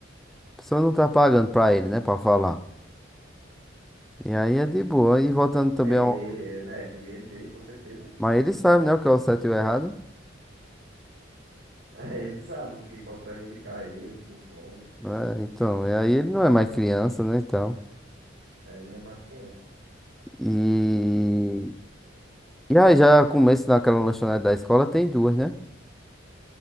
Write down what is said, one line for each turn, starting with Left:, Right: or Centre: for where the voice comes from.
Centre: A pessoa não tá pagando pra ele, né? Pra falar. E aí é de boa. E voltando também
Right: É,
Centre: ao.
Right: ele, né, é com o dinheiro dele, com certeza. <laughs>
Centre: Mas ele sabe, né? O que é o certo e o errado.
Right: É, ele sabe o que pode prejudicar ele, o que não pode.
Centre: né, então. E aí ele não é mais criança, né? Então.
Right: É, ele não é mais criança.
Centre: E. E aí já começo naquela lanchonete da escola, tem duas, né?